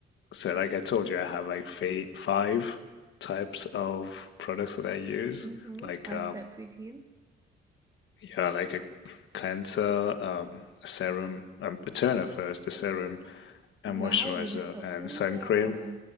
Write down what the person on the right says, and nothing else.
hmm
Five-step
routine.
Wow,
you know the
order.